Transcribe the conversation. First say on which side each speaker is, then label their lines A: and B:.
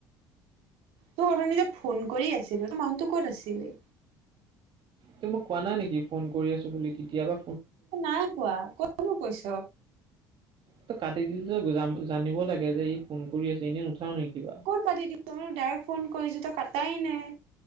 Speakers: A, on the right (about 65°); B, on the right (about 50°).
A: তোক অথনি যে ফোন কৰি আছিলো, তোৰ মানুহতটো ক'ত আছিলি?
B: তোক মই কোৱা নাই নেকি ফোন কৰি আছো বুলি কেতিয়াবা
A: নাই কোৱা কতনো কৈছ।
B: তই কাটি দিলি জানিব লাগে, যে ই' ফোন কৰি আছে এনেই নুথাও নেকি কিবা।
A: কত কাটি দিছ মই ডাইৰেক্ট ফোন কৰিছো, তই কটাই নাই।